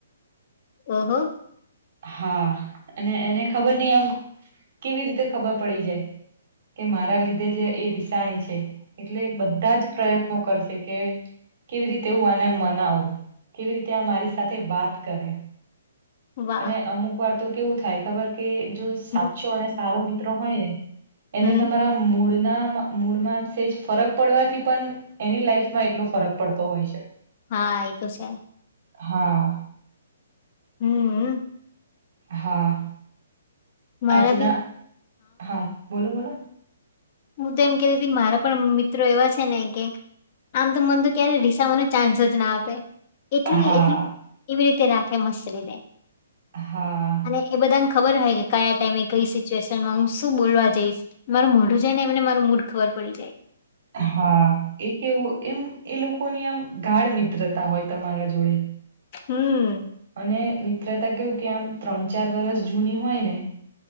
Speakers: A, on the left; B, on the right.
A: ઓહ
B: હા અને એને ખબર નઈ આમ કેવી રીતે ખબર પડી જાય કે મારા લીધે જ એ રિસાણી છે એટલે બધા જ પ્રયત્નો કરશે કે કેવી રીતે હું આને મનાવું કેવી રીતે આ મારી સાથે વાત કરે
A: કેવાય વાહ.
B: અને અમુક વાર તો કેવું થાય ખબર કે જો સાચો
A: હમ્મ.
B: અને સારો મિત્રો હોય ને
A: હમ્મ,
B: એને તમારા મૂળ ના મૂળમાં સેજ ફરક પડવાથી પણ એની લાઈફમાં એટલો ફરક પડતો હોય છે.
A: હા એ તો છે.
B: હા.
A: હમ.
B: હા.
A: મારા
B: આજના
A: બી
B: હા બોલો બોલો.
A: હું તો એમ કેતી મારા પણ મિત્રો એવા છે ને કે આમ તો મન તો ક્યારે રીસા મ ન ચાન્સ જ ના આપે એટલું
B: હા
A: એટલું એવી રીતે રાખે મસ્ત રરે
B: હા
A: અને એ બધા ખબર હો કે કયા ટાઈમે કઈ સિચ્યુએશનમાં હું શું બોલવા જઈશ મારું મોઢું જેને એમને માર મૂડ ખબર પડી જાય.
B: હા એ કેવું એમ એ લોકોની આમ ગાઢ મિત્રતા હોય તમારા જોડે
A: હમ.
B: અને મિત્રતા કેવું કે આમ ત્રણ ચાર વરષ જૂની હોય ને